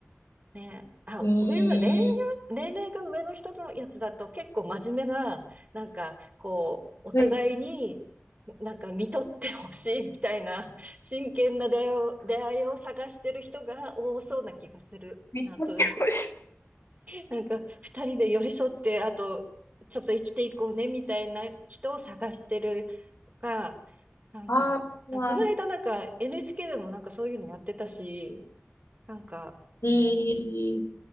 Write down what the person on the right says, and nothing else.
ねえ、あ、
上の、恋愛、
年齢が上の人のやつだと結構真面目な、なんか、こう、お互いに、
なんか見とってほしいみたいな、<laughs> 真剣な出会いを、出会いを探してる人が多そうな気がする。
なんとなく。なんか、二人で寄り添って、あと、ちょっと生きていこうね、みたいな人を探してるとか、なんか、
この間なんか NHK でもなんかそういうのやってたし、なんか、
うん、